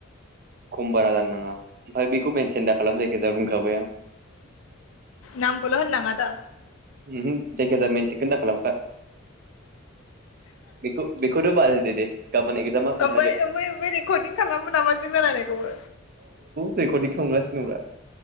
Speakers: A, on the right (about 45°); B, on the left (about 75°).
A: खम बारा जानो नाङा आरो बेखौ मेनसन दा खालाम जायखिजा बुंखाबाय आं
B: नामखौल' होननाङा दा
A: ओमहो जायखिजाया मेनसन खोनो दा खालामखा बेखौ बेखौथ' बाद होदो दे गाबोन एगजामा खोन्थादो
B: ओमफ्राय ओमफ्राय ओमफ्राय रेर्कदिं खालामो नामा जों रायलायनायखौबो
A: रेर्कदिं खालामगसिनो दं ब्रा